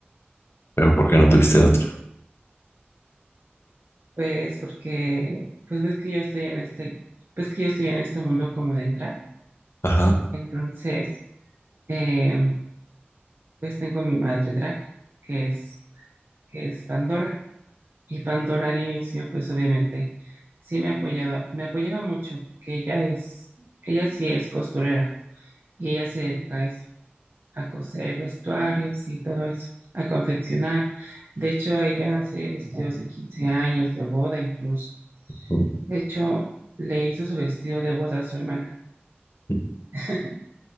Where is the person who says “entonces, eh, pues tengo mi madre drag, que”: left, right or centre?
Right